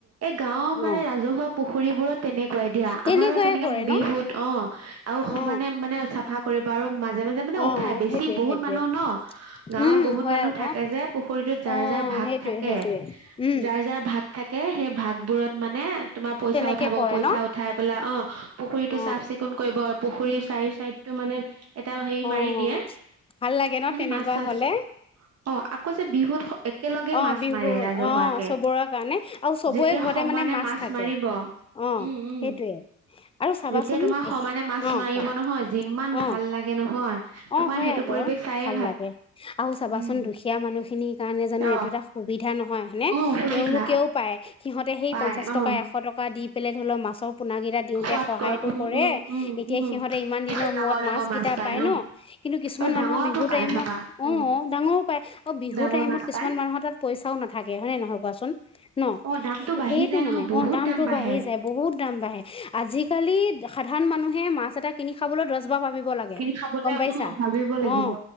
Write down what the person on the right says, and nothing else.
গাঁওৰ
মানে ৰাজহুৱা পুখুৰীবোৰত তেনেকুৱাই দিয়া
আমাৰো তেনেকে
বিহুত
অ আৰু
সমানে মানে চাফা কৰিব বাৰু মাজে মাজে মানে
উঠাই বেছি
বহুত
মানুহ ন গাঁৱৰ
বহুত
মানুহ
থাকে যে পুখুৰীতত যাৰ
যাৰ ভাগ
থাকে
যাৰ যাৰ ভাগ কে সেই ভাগবোৰ মানে তোমাৰ পইচা
উঠাব
পইচা
উঠাই পেলাই অ পুখুৰীটোাফ
চিকুণ কৰিব পুখুৰী চাৰি চাইড তটো মানে এটা হেৰি
মাৰি দিয়ে
মানে
মাছ চাছ
অ আকৌ যে বিহুত একেলগে
মাছ
মাৰে ৰাজহুৱাকে।
যেতিয়া
সমানে
মাছ
মাৰিব
উম-উম
যেতিয়া তোমাৰ
সমানে মাছ
মাৰিব
নহয় যিমান ভাল
লাগে নহয়। তোমাৰ
সেইটো
পৰিৱেশ চায়ে
উম
অ
অ অসুবিধা
পাই
অ
সোৱাদ
ক উম
উম উম
উম
পিছত
ডাঙৰ
ডাঙৰ
উম
আৰু ডাঙৰটো
পাই
ভাবা
উম
ডাঙৰ
মাছ
পাই
অ দামটো বাঢ়ি
যায় নহয়
বহুত
দাম বাঢ়ে
কিনি খাবলে
অ ভাবিব লাগিব